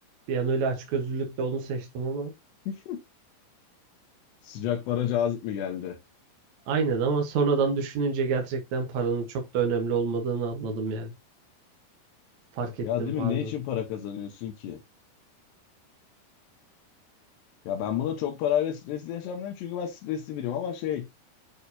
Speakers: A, on the right; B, on the left.
A: Bir an öyle açgözlülükle onu seçtim ama
B: <laughs> Sıcak para cazip mi geldi?
A: Aynen ama sonradan düşününce gerçekten paranın çok da önemli olmadığını anladım yani. Fark ettim
B: Ya değil
A: pardon.
B: mi? Ne için para kazanıyorsun ki? Ya ben buna çok parayla stresli yaşamıyorum çünkü ben stresli biriyim ama şey